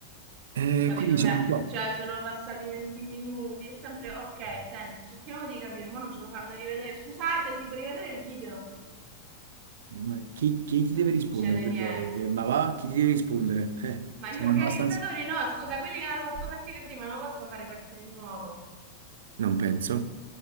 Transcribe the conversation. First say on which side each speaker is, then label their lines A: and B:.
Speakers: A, on the right; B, on the right.
A: E
B: Capito?
A: quindi sono
B: Beh,
A: qua.
B: cioè, sono passati 20 minuti. È sempre ok. Senti, cerchiamo di capire. Mo non ce lo fanno rivedere. Scusate, si può rivedere il video?
A: Ma chi, chi ti deve
B: Non
A: rispondere?
B: succede
A: Perdonami.
B: niente.
A: Eh, Ma va, chi ti deve rispondere? Eh,
B: Ma
A: siamo
B: gli organizzatori
A: abbastanza.
B: no, scusa, quelli che l'hanno fatto partire prima non possono fare partire di nuovo.
A: Non penso.